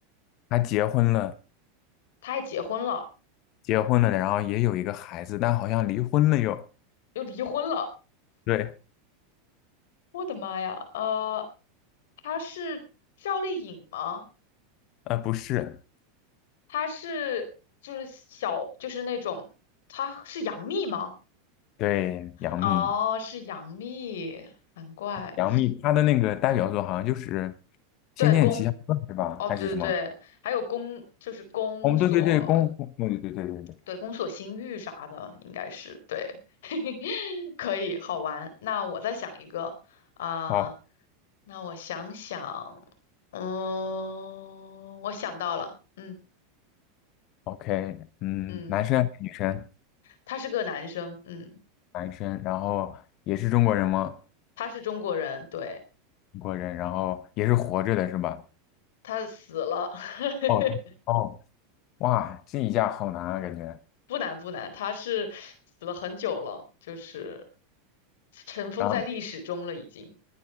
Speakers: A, on the left; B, on the left.
A: 他结婚了，
B: 她还结婚了，
A: 结婚了，然后也有一个孩子，但好像离婚了又，
B: 又离婚了。
A: 对，
B: 我的妈呀！呃，她是赵丽颖吗？
A: 呃，不是，
B: 她是就是小就是那种，她是杨幂吗？
A: 对，杨幂，
B: 哦，是杨幂，难怪。
A: 杨幂她的那个代表作好像就是
B: 对，
A: 《仙剑奇侠传》是吧？
B: 宫，哦，
A: 还是什么？
B: 对对对，还有宫，就是宫锁，
A: 哦，对对对，功夫，对对对对对对，
B: 对，宫锁心玉啥的，应该是对，<laughs> 可以好玩。那我再想一个啊、
A: 好。
B: 那我想想，嗯，我想到了，嗯
A: OK，嗯，
B: 嗯，
A: 男生还是女生？
B: 他是个男生，嗯，
A: 男生，然后也是中国人吗？
B: 他是中国人，对，
A: 中国人，然后也是活着的是吧？
B: 他死了，<laughs>
A: 哦，他哦，哇，这一下好难啊，感觉。
B: 不难不难，他是死了很久了，就是尘封在历史中了，
A: 然后，
B: 已经，